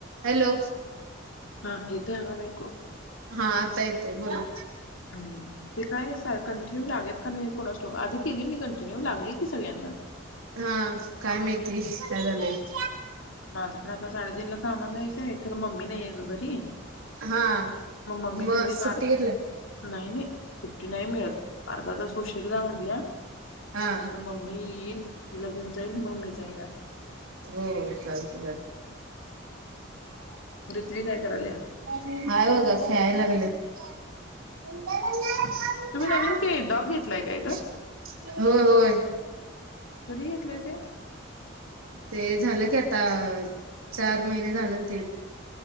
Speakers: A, on the right; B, on the left.
A: Hello
B: हा येतोय आवाज ऐकू?
A: हा आता येतय बोला.
B: हम्म ते काय स कंटिन्यू लागत का नाही कोणास ठाऊक आधी केली मी कंटिन्यू लागली की सगळ्यांना.
A: हा काय माहित? <unintelligible>
B: माझं पण आता साडेतीनला कामाला जायचंय खर मम्मी नाहीय ग घरी.
A: हा
B: मम्मी म्हणले
A: मग सुट्टी
B: का अर्धा
A: घेतलाय?
B: नाही नाही सुट्टी नाही मिळत. अर्धा तास उशिरा जा म्हणल्या
A: हा
B: पण मम्मी हिला घेऊन जाईल मग मी जाईन असं...
A: हो हो चालते चालते.
B: रिथ्वी काय करायल्या?
A: आहे बघा खेळायला लागल्या. <inaudible> <unintelligible>
B: तुम्ही नवीन ते डॉग घेतलाय काय ग?
A: होय होय....
B: कधी घेतलंय ते?
A: ते झालं की आता चार महिने झालं ते...